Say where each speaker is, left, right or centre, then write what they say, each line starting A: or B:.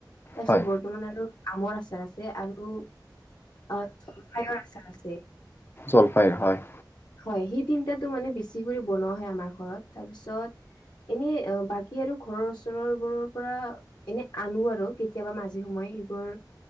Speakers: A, on the left; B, on the left.
A: তাৰপিছত
B: হয়
A: বৰ্তমান আৰু আমৰ আচাৰ আছে আৰু অ জলফাইৰ আচাৰ আছে
B: জলপাইৰ হয়।
A: হয় সেই তিনিটাতো মানে বেছি কৰি বনোৱা হয় আমাৰ ঘৰত, তাৰ পিছত এনে বাকী আৰু ঘৰৰ ওচৰৰ বোৰৰ পৰা এনে আনো আৰু কেতিয়াবা মাজে সময়ে এইবোৰ